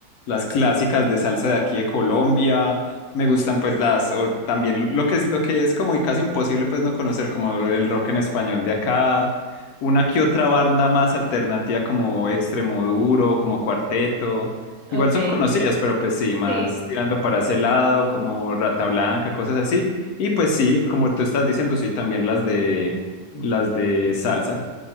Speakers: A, on the left; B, on the right.
A: las clásicas de salsa de aquí de Colombia, me gustan
B: Ujú,
A: pues las, o también lo que es, lo que es como y casi imposible pues no conocer como el rock en español de acá, una que otra banda más alternativa como Extremoduro, como Cuarteto, igual
B: Okay,
A: son conocidas, pero pues sí, más
B: sí,
A: tirando para ese lado, como Rata Blanca, cosas así, y pues sí, como tú estás diciendo, sí, también las de, las de salsa,